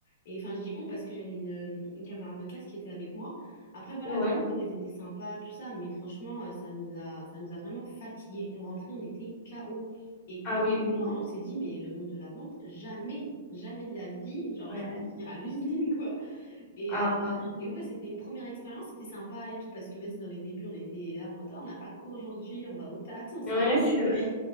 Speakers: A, on the left; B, on the left.
A: Et enfin, je dis on parce que j'avais une, euh, une camarade de classe qui était avec moi. Après, voilà,
B: Ouais.
A: les collègues, elles étaient sympas, tout ça. Mais franchement, euh, ça nous a, ça nous a vraiment fatigués. On rentrait, on était KO. Et clairement,
B: Ah oui,
A: comme
B: oui.
A: toi, hein, on s'est dit, mais le monde de la vente, jamais, jamais de la vie. Genre,
B: Ouais.
A: je préfère finir à l'usine, et,
B: Ah,
A: euh,
B: pareil.
A: et ouais, c'était une première expérience, c'était sympa et tout, parce que vas-y, dans les débuts, on était là en mode, Oh, on n'a pas cours aujourd'hui, on va au taf, tu sais, on sentait
B: Ouais, <laughs> c'est
A: un peu... euh,
B: vrai.